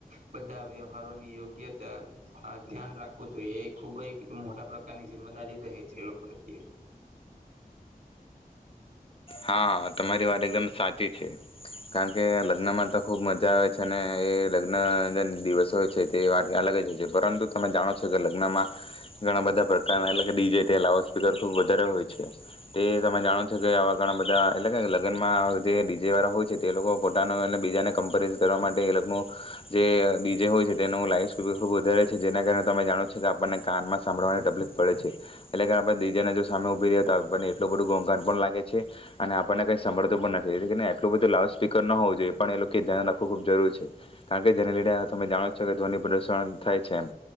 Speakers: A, on the right; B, on the left.
A: બધા વ્યવહારોની યોગ્યતા ધ્યાન રાખવું જોઈએ. એ ખૂબ જ મોટા પ્રકારની જિમ્મેદારી રહે છે લોક પ્રત્યે.
B: હા તમારી વાત એકદમ સા ચી છે. કારણ કે લગ્નમાં તો ખૂબ મજા આવે છે અને એ લગ્ન દિવસો હોય છે તે વા અલગ જ હોય છે. પરંતુ તમે જાણો છો કે લગ્નમાં ઘણા બધા પ્રકારના અલગ ડીજ લાઉડ સ્પીકર ખૂબ વધારે હોય છે તે તમે જાણો છો કે આવા ઘણા બધા એટલે લગ્નમાં જે ડીજે વાળા હોય છે તે લોકો પોતાનો બીજાને કમ્પેર કરવા માટે એનું જે ડીજે હોય છે તેનું લાઈફ સ્ ખુબ વધારે છે. જેના કારણે તમે જાણો છો કે આપણને કાનમાં સાભળવાની તકલીફ પડે છે. એટલે કે આપણે ડીજેને જો સામે ઉભી રે તો આપણને એટલું બધું ગ પણ લાગે છે અને આપણને કઈ સાંભળતું પણ નથીને એટલું બધું લાઉડ સ્પીકર ન હોવું જોઈએ પણ એ લોકે ધ્યાન રાખવું ખૂબ જરૂર છે. કારણ કે જેને લીધે તમે જાણો છો કે ધ્વનિ પ્રદૂષણ થાય છે એમ